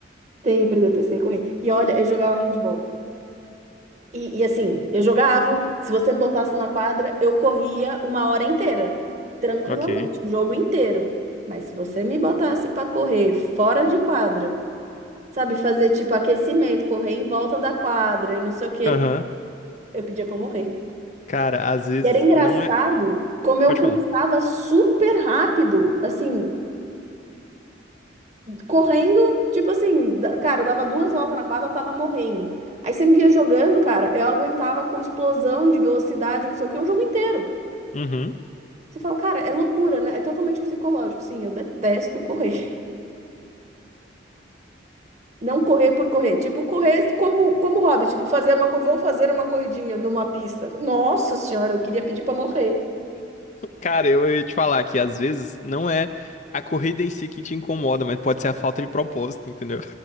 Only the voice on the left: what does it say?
Ok.
Aham.
Cara, às vezes
não é.
Pode
falar.
Uhum.
Cara, eu ia te falar que às vezes não é a corrida em si que te incomoda, mas pode ser a falta de propósito, entendeu?